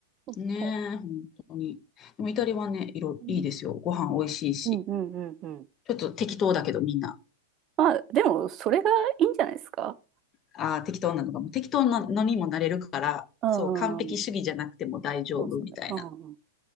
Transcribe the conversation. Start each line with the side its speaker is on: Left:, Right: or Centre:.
Right: そっか。
Left: ねえ、本当に。でもイタリアはね、色いいですよ。
Right: うん
Left: ご飯美味しいし。
Right: うんうんうんうん。
Left: ちょっと適当だけどみんな。
Right: まあ、でも、それがいいんじゃないですか。
Left: ああ、適当なのかも。適当なのにもなれるから、
Right: うん。
Left: そう、完璧主義じゃなくても大丈夫みたいな。
Right: うんそうですよね。うん。うん